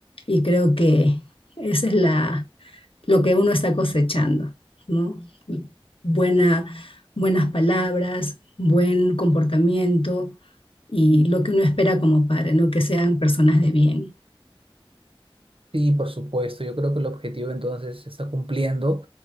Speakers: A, on the left; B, on the right.
A: y creo que esa es la, lo que uno está cosechando, ¿no? Buena, buenas palabras, buen comportamiento y lo que uno espera como padre, ¿no? Que sean personas de bien.
B: Sí, por supuesto. Yo creo que el objetivo entonces se está cumpliendo